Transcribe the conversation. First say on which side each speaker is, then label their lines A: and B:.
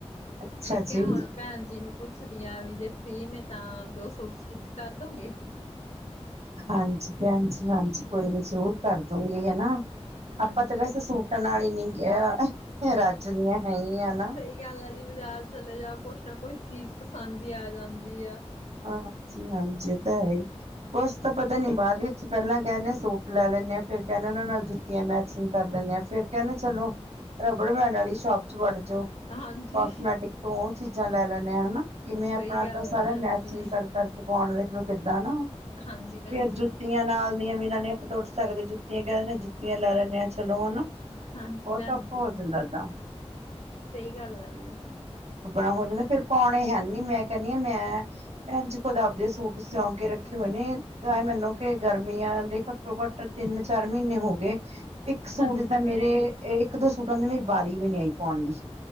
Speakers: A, on the right; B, on the left.
A: ਅੱਛਾ
B: ਮੈਂ ਕਿਹਾ
A: ਜੀ
B: ਹੁਣ ਭੈਣ ਜੀ ਨੂੰ ਪੁੱ ਪੁਛਦੀਆਂ ਵੀ ਜੇ ਫਰੀ ਨੇ ਤਾਂ ਦੋ ਸੂਟ ਸਟਿਚ ਕਰ ਦੋਗੇ?
A: ਹਾਂਜੀ ਭੈਣ ਜੀ ਹਾਂਜੀ ਕੋਈ ਨੀ ਜ਼ਰੂਰ ਕਰ ਦੋਗੇ ਹਨਾ,
B: ਹਾਂਜੀ।
A: ਆਪਾਂ ਤੇ ਵੈਸੇ ਸੂ ਟ ਨਾਲ ਹੀ ਨੀ ਗੀਆ, ਰੱਜਦੀਆਂ ਹੈਗੀਆਂ ਨਾ।
B: ਹੀ ਗੱਲ ਆ ਜੀ ਬਾਜ਼ਾਰ ਚਲੇ ਜਾਓ ਕੁਛ ਨਾ ਕੁਛ ਚੀਜ਼ ਪਸੰਦ ਹੀ ਆ ਜਾਂਦੀ ਐ।
A: ਹਾਂਜੀ- ਹਾਂਜੀ ਇਹ ਤਾਂ ਹੈ ਈ। ਉਸ ਤੋ ਪਤਾ ਨੀ ਬਾਅਦ ਵਿੱਚ ਪਹਿਲਾਂ ਕਹਿ ਦਿਨੇ ਆ ਸੂਟ ਲੈ ਲੈਂਦੇ ਹਾਂ ਏਰ ਕਹਿੰਦੇ ਉਹ ਨਾਲ ਜੁ ਤੀਆਂ ਮੈਚਿੰਗ ਕਰ ਲੈਂਨੇ ਆ ਫੇਰ ਕਹਿੰਦੇ ਚਲੋ, ਰਬੜ ਬੈਂਡ ਵਾਲੀ ਸ਼ੋਪ ਚ ਵੜ ਜਾਓ।
B: ਹਾਂਜੀ
A: ਕਸਮੈਟਿਕ ਤੋਂ ਉਹ ਚੀਜ਼ਾਂ ਲੈ ਲੈਨੇ ਆ ਹਨਾ, ਕਿਵੇਂ
B: ਸਹੀ
A: ਆਪਣਾ
B: ਗੱਲ
A: ਤਾਂ
B: ਆ
A: ਸਾਰਾ
B: ਭੈਣ
A: ਮੈਚ
B: ਜੀ।
A: ਗਿਂ ਕਰ ਕਰਕੇ ਪਾਉਣ ਦੇਖ ਲਓ ਕਿੱਦਾਂ ਨਾ,
B: ਹਾਂਜੀ ਭੈਣ
A: ਫੇਰ ਜੁੱਤੀ
B: ਜੀ,
A: ਜੁੱਤੀਆਂ ਨਾਲ ਦੀਆਂ ਵੀ ਨਾਂ ਨੇ ਆਪਾਂ ਤੁਰ ਸਕਦੇ, ਜੁੱਤੀਆਂ ਕਹਿ ਦਿੰਦੇ ਆ ਜੁੱਤੀਆਂ ਲੈ ਲੈਂਨੇ ਹਾਂ, ਚਲੋ ਹਨਾ।
B: ਹਾਂਜੀ
A: ਉਹ
B: ਭੈਣ
A: ਤਾਂ ਆਪਾਂ
B: ਜੀ
A: <unintelligible> ਲੈਂਦਾ।
B: ਸਹੀ ਗੱਲ ਆ ਜੀ।
A: ਬੜਾ ਹੋ ਜਾਊਗਾ ਫੇਰ ਪਾਉਣੇ ਹੈ ਨੀ ਮੈ ਕਹਿੰਦੀ ਆ ਮੈਂ ਭੈਣ ਜੀ ਚ ਖੁਦਾਬ ਦੇ ਸੂਟ ਸਿਉ ਕੇ ਰੱਖੇ ਹੋਏ ਨੇ, ਤਾਂ ਮੈਨੂੰ ਕਿ ਗਰਮੀਆਂ ਦੇ ਕਪ ਘਟੋ-ਘੱਟ ਤਿੰਨ -ਚਾਰ ਮਹੀਨੇ ਹੋ ਗਏ, ਇੱਕ ਸੂਟ
B: ਹਾਂਜੀ
A: ਤਾਂ
B: ਭੈਣ
A: ਮੇਰੇ
B: ਜੀ,
A: ਇੱਕ-ਦੋ ਸੂਟਾਂ ਦੀ ਮੇਰੀ ਬਾਰੀ ਵੀ ਨੀ ਆਈ ਪਾਉਣ ਦੀ।